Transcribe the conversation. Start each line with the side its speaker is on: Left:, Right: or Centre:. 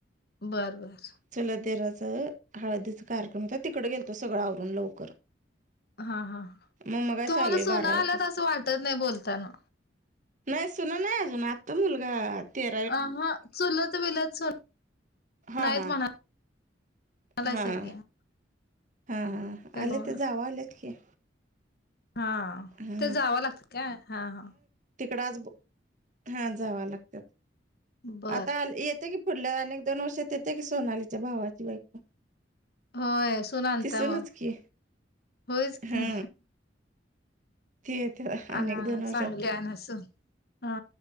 Left: बर, बर.
Right: चुलत दीराच, हळदीचा कार्यक्रम होता. तिकडं गेलतो. सगळं आवरून लवकर.
Left: हा, हां.
Right: मग मगाशी
Left: तुम्हाला
Right: आलोय बारा
Left: सुना
Right: एक
Left: आल्यात
Right: वाजता
Left: असं वाटत नाही, बोलताना.
Right: नाय सुना नाय अजून आत्ता मुलगा ते
Left: अ ह चुलत विलत <unintelligible>
Right: हा
Left: नाहीत
Right: हा
Left: म्हणा <unintelligible>
Right: हा हा हा
Left: त्यामुळं
Right: आलेत जावा आलेत की,
Left: हा
Right: हा
Left: ते जावा लागत्यात काय हा हा
Right: तिकड आज बो हा जाव लागत्यात
Left: बर
Right: आता येते की पुुढल्या अनेक दोन वर्षात येते की सोनालीच्या भावाची बायको.
Left: होय सून आणत्या
Right: तिसूनच
Left: मग
Right: की
Left: होयच की,
Right: हा ती येते अनेक
Left: अन
Right: दोन वर्षात
Left: चांगली आना सून हा